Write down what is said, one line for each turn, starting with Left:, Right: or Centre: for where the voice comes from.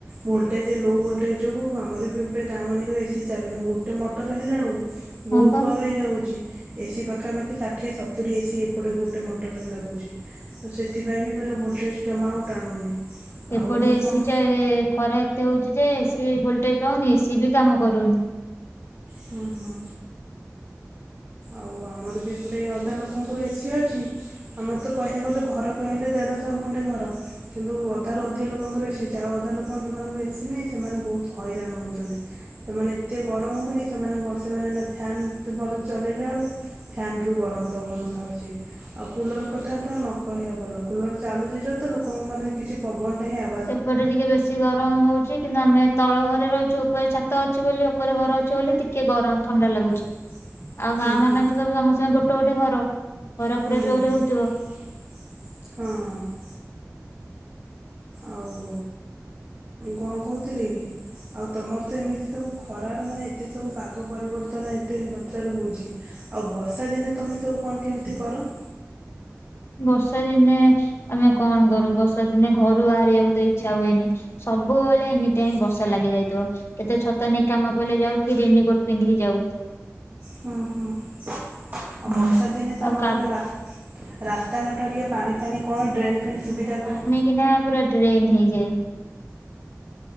Right: ଭୋଲଟେଜ ଲୋ ଭୋଲଟେଜ ଯୋଗୁ ଆମର ବି ଏପଟେ ଗାଁ ମାନଙ୍କରେ ଏସିି ଚାଲୁନି ଗୋଟେ ମଟର ହେଲା ବେଳକୁ।
Left: ହଁ
Right: ବହୁତ
Left: ପା
Right: ଘର ହେଇ ଯାଉଛି ଏସିି ପାଖାପାଖି ଷାଠିଏ ସତ ସତୂରି ଏସିି ଏପଟେ ଗୋଟେ ମଟର ରେ ଲାଗୁଛି। ତ ସେଥିପାଇଁ ବି ପୁରା ଭୋଲ୍ଟେଜ୍ ଜମା ଆଉ ଟାଣୁନି।
Left: ଏପଟେ
Right: ଆଉ ମୁଁ
Left: ଏସିି
Right: କଣ
Left: ଚାଲ୍ ଖରା ଏତେ ହଉଛି ଯେ ଏସି ଭୋଲଟେଜ ପାଉନି ଏସିି ବି କାମ କରୁନି।
Right: ହୁଁ ହୁଁ। ଆଉ ଆମର ବି ଏପଟେ ଅଧା ଲୋକଙ୍କର ଏସି ଅଛି ଆମର ତ କହିବାକୁ ଗଲେ ଘର କହିଲେ ଦେଢ଼ଶହ ଖଣ୍ଡେ ଘର। କିନ୍ତୁ ଅଧାରୁ ଅଧିକା ଲୋକଙ୍କର ଏସି ଅଛି ଆଉ ଅଧା ଲୋକଙ୍କ ଯୋଉମାନଙ୍କର ଏସି ନାହିଁ ସେମାନେ ବହୁତ ହଇରାଣ ହଉଛନ୍ତି। ସେମାନେ ଏତେ ଗରମ ହଉଛି ସେମାନେ ଭଲ ସେ ମାନେ ଏଇନା ଫ୍ୟାନ ଚଲେଇଲା ବେଳୁକୁ। ଫ୍ୟାନ୍ରୁ ଗରମ ପବନ ବାହାରୁଛି। ଆଉ କୁଲର କଥା ତ ନ କହିବା ଭଲ କୁଲର ଚାଲୁଛି ଯା ତ ମାନେ ଲୋକଙ୍କୁ ମାନେ କିଛି ପବନ ଟା ହି ଆ
Left: ଏପଟ ଟିକେ ବେଶୀ ଗର ଗରମ ହଉଛି କିନ୍ତୁ ଆମେ ତଳ ଘରେ ରହିଛୁ ଉପରେ ଛାତ ଅଛି ବୋଲି ଉପରେ ଘର ଅଛି ବୋଲି ଟିକେ ଗରମ ଥଣ୍ଡା ଲାଗୁଛି।
Right: <inaudible>
Left: ଆଉ ଗାଁ ମାନେ
Right: ହୁଁ।
Left: ତ ସବୁ ସମସ୍ତିଙ୍କ ଗୋଟେ ଗୋଟେ ଘର। ଖରା
Right: ହୁଁ
Left: ପୁରା ଜୋରରେ ହଉଥିବ
Right: ହଁ। ଆଉ କଣ କହୁଥିଲି କି ଆଉ ତମର ତ ଏମିତି ସବୁ ଖରାର ମାନେ ଏତେ ସବୁ ପାଗ ପରିବର୍ତ୍ତନ ଏତେ ମାତ୍ରାରେ ହଉଛି ଆଉ ବର୍ଷା ଦିନେ ତମେ ସବୁ କଣ କେମିତି କର?
Left: ବର୍ଷା ଦିନେ ଆମେ କଣ କରୁ ବସ ଦିନେ ଘରୁ ବାହାରିବାକୁ ତ ଇଚ୍ଛା ହୁଏନି ସବୁବେଳେ ଏନି ଟାଇମ ବର୍ଷା ଲାଗି ରହିଥିବ କେତେ ଛ ତା ନେଇ କାମ ପଇଲେ ଯାଉ କି ରେନିକୋଟ ପିନ୍ଧିକି ଯାଉ।
Right: ହୁଁ ହୁଁ ଆଉ
Left: ହୁଁ।
Right: ବର୍ଷା ଦିନେ ତମର
Left: ଆଉ କା
Right: ଯୋଉ ରାସ୍ ରାସ୍ତାଘାଟ ହେରିକା ପାଣି ଫାଣି କଣ ଡ୍ରେନ୍ ଫେନ୍ ସୁବିଧା କ?
Left: କିନା ପୁରା ଡ୍ରେନ୍ ହେଇଯାଏ।